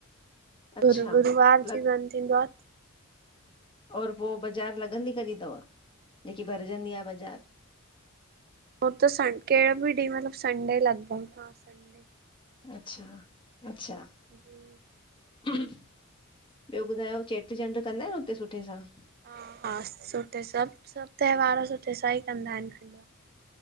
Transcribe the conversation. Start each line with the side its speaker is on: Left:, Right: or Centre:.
Left: अच्छा
Right: गुरु, गुरूवार
Left: लग
Right: जी बंद। <unintelligible>
Left: और पोइ बज़ारि लॻंदी कॾहिं थव, जेकी भरजंदी आ बजार?
Right: हो त सन कहिड़ो बि ॾींहुं मतलबु संडे लॻभॻ हा, संडे
Left: अच्छा, अच्छा।
Right: <inaudible>
Left: ॿियो ॿुधायो चेटी चंड कंदा आहियो हुते सुठे सां?
Right: हा, हा सुठे सभु, सभु त्योहार सुठे सां ई कंदा आहिनि।